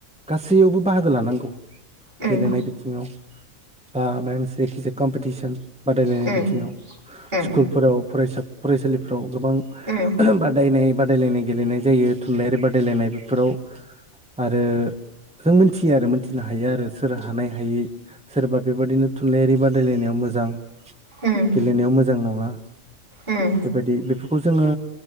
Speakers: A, in the centre; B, on the right.
A: गासैयावबो बाहागो लानांगौ
B: उम
A: गेलेनाय बिथिङाव बा मायबा मोनसे जाया। कम्पिटिसन बादायलायनाय
B: उम
A: बिथिङाव
B: उम
A: स्कुलफोराव फराय फरायसालिफ्राव गोबां
B: उम
A: बादायनाय बादायलायनाय गेलेनाय जायो थुनलाइयारि बादायलायनाय बेफोराव आरो जों मोनथियो आरो मोनथिनो हायो आरो सोर हानाय हायै सोरबा बेबायदिनो थुनलाइयारि बादायलायनायाव मोजां।
B: उम
A: गेलेनायाव मोजां नङा
B: उम
A: बेबायदि बेफोरखौ जोङो